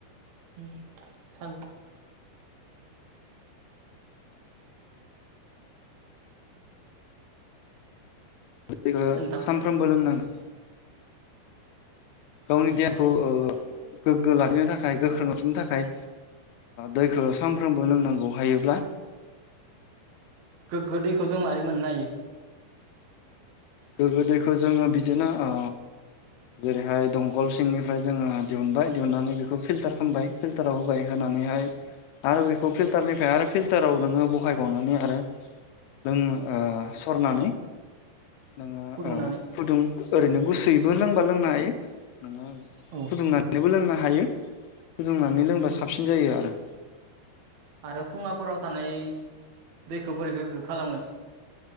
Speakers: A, on the right; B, on the left.
A: ओ सान
B: दैखो
A: नोंथां
B: सानफ्रोमबो लोंनांगोन गावनि
A: औ
B: देहाखौ गोग्गो लाखिनो थाखाय गोख्रों लाखिनो थाखाय दैखो सानफ्रोमबो लोंनांगौ हायोब्ला
A: गोग्गो दैखौ जों मारै मोननो हायो
B: गोगो दैखौ जोङो बिदिनो ओ जेरैहाय दंखल सिंनिफ्राय जोङो दिहुनबाय दिहुननानै बेखौ फिल्टार खामबाय फिल्टाराव होबाय होना नानैहाय आरो बेखौ फिलटारनिफ्राय फिल्टाराव नोङो बहायबावनानै आरो लों ओ सरनानै नोङो
A: फुदुंनानै
B: फुदुं ओरैनो गुसुयैबो लोंबा लोंनो हायो नोङो
A: औ
B: फुदुंनानैबो <inaudible> हायो फुदुंनानै लोंबा साबसिन जायो आरो
A: आरो खुङाफोराव थानाय दैखौ बोरै गोगो खालागोन।